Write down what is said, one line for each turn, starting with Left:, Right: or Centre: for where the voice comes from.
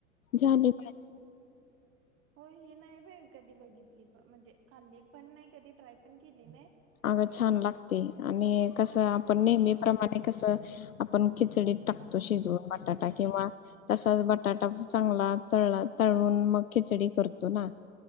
Left: झाली
Right: हो हे नाही बईमी मी कधी बघितली, प म्हणजे खाल्ली पण नाही कधी ट्राय पण केली नाही.
Left: अग छान लागते आणि कस आपण
Right: ट्राय केली
Left: नेहमी प्रमाणे कस आपण खिचडीत टाकतो शिजवून बटाटा किंवा तसाच बटाटा चांगला तळला तळून मग खिचडी करतो ना.